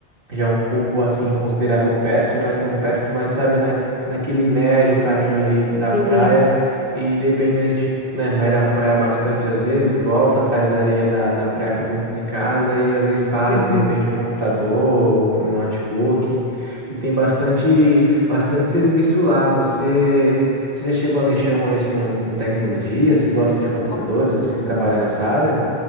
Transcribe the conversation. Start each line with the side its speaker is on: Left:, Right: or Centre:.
Right: já é um pouco assim considerável perto, não é tão perto, mas sabe, na, naquele médio caminho ali da
Left: Sim.
Right: praia e dependendo a gente, né, vai da praia bastante às vezes, volta atrás da areia da, da praia para dentro de casa e às vezes para
Left: Uhum.
Right: de repente um computador, um um notebook e tem bastante bastante serviço lá. Você você já chegou a mexer uma vez com, com tecnologia? Você gosta de computadores,
Left: Uhum.
Right: assim, trabalhar nessa área?